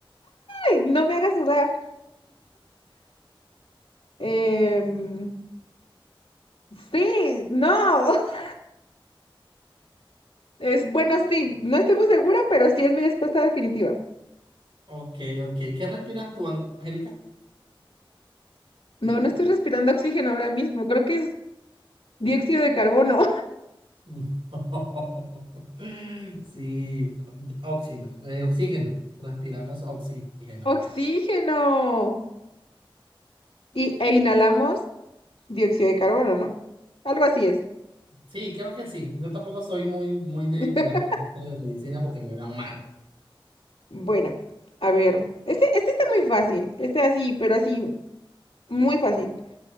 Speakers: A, on the left (about 85°); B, on the right (about 70°).
A: ¡Ay! No me hagas dudar. Em, sí, no. <laughs> Es bueno, sí. No estoy muy segura, pero sí es mi respuesta definitiva.
B: Ok, ok. ¿Qué respiras tú, Angélica?
A: No, no estoy respirando oxígeno ahora mismo. Creo que es dióxido de carbono.
B: No. <laughs> Sí, óxido, eh, oxígeno. Respiramos oxígeno.
A: <laughs> ¡Oxígeno! Y, e inhalamos dióxido de carbono, ¿no? Algo así es.
B: Sí, creo que sí. Yo tampoco soy muy, muy de,
A: <laughs>
B: de las preguntas de medicina porque me dan mal.
A: Bueno, a ver. Este, este está muy fácil. Este así, pero así, muy fácil.